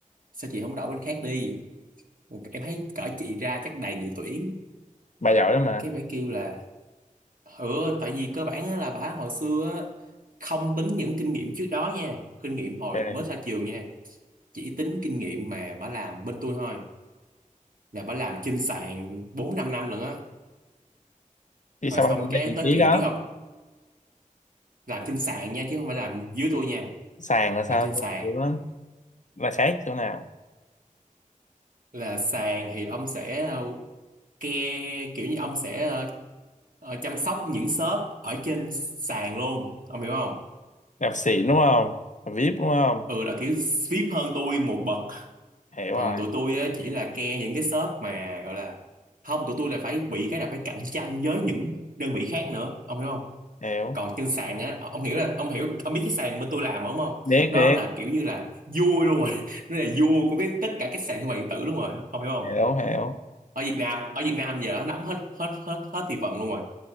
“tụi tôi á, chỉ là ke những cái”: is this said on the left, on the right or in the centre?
Right